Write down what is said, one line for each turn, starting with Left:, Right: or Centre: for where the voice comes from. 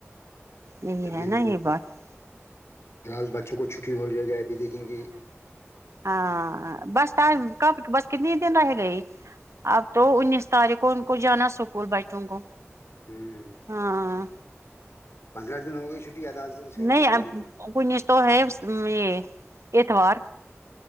Right: یہی
Left: ابھی
Right: ہے نا
Left: ان کو
Right: یہ بات
Left: فلہال بچوں کو چھٹی ہو جائے گا ابھی دیکھیں گے
Right: ہاں بس کب بس کتنی دن رہ گئی اب تو انیس تاریخ کو ان کو جانا اسکول بچو کو
Left: ہوں
Right: ہاں
Left: پندرہ دن ہو گئی چھٹی دن شاید
Right: نہیں
Left: پندرہ دن ہو
Right: انیس کو تو ہے یہ اتوار